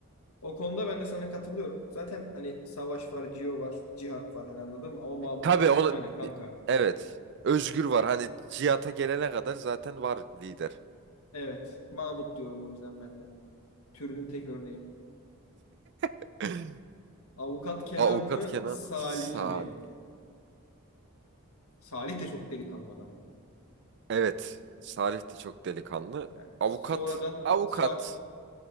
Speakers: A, on the left; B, on the right.
A: O konuda ben de sana katılıyorum. Zaten hani Savaş var, Cio var, Cihat var hani anladın mı? Ama Mahmut'tan
B: Tabii ona
A: bir tane kanka.
B: evet Özgür var. Hani cihata gelene kadar zaten var lider.
A: Evet. Mahmut diyorum o yüzden ben de. Türünün tek örneği.
B: <clears throat> <laughs>
A: Avukat Kenan
B: Avukat
A: mı?
B: Kenan
A: Salih
B: Salih.
A: mi? Salih de çok delikanlı adam. abi.
B: Evet, Salih de çok delikanlı.
A: Yani
B: Avukat,
A: sonradan
B: avukat
A: so-